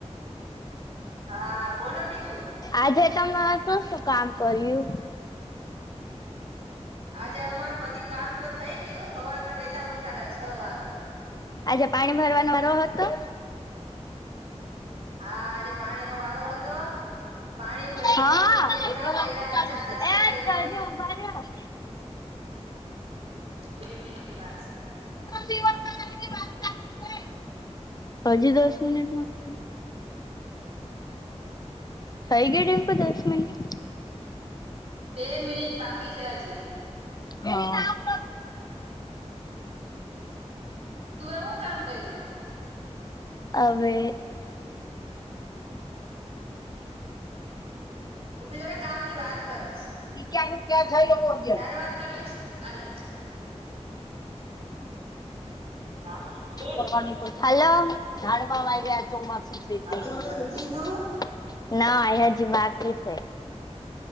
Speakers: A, on the right (about 60°); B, on the left (about 35°).
A: હા બોલો બીજું
B: આજે તમે શું શું કામ કર્યું.
A: આજે અમારું બધી કામ તો થઈ ગયું હવારના વેલા ઉઠા ત છ વાગે
B: આજે પાણી ભરવાનો વારો હતો.
A: હા આજે પાણી નો વારો હતો. પાણી ભર્યું
B: હા
A: થેપલા
B: એજ
A: કર્યા ચા નાસ્તો કર્યો
B: ઉભા રહ્યો. <inaudible>
A: બે મિનિટ ની વાત છે.
B: <unintelligible> હજી દસ મિનિટ નથી. થઈ ગય ડમકો દસ મિનિટ
A: છે બે મિનિટ બાકી છે હજી.
B: હા
A: તું એવું કામ કર્યું.
B: હવે,
A: હું બી તારે કામ ની વાત કરેશ
B: પઈ ક્યા નું ક્યાં જઈ લ
A: તારે વાત કરવીશ અલે ચાલો બેન
B: વાતની ખ આવી ગ ચ માું <unintelligible>
A: હા બેન જમી લીધું
B: ના હજી બાકીકી છે.